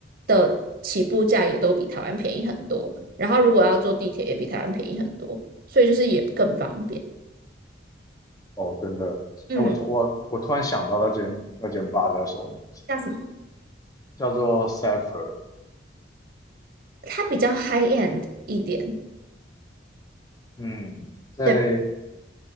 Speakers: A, on the right; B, on the left.
A: 的起步价也都比台湾便宜很多，然后如果要坐地铁也比台湾便宜很多，所以就是也更方便。
B: <laughs> 哦真的。
A: 嗯，
B: 哎，我突我我突然想到那间那间吧叫什么名字了？
A: 叫什么？
B: 叫做 s a h e r
A: 它比较 high end 一点，
B: 嗯，在
A: 对吧？